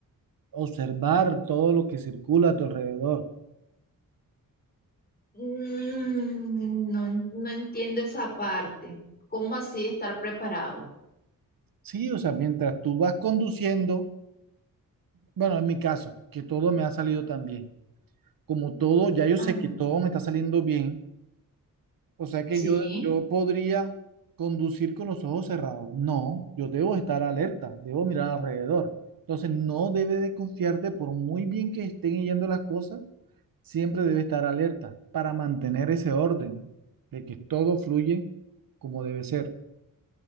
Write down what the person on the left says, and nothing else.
Mm, no, en- no entiendo esa parte. ¿Cómo así estar preparado?
Ajá,
sí.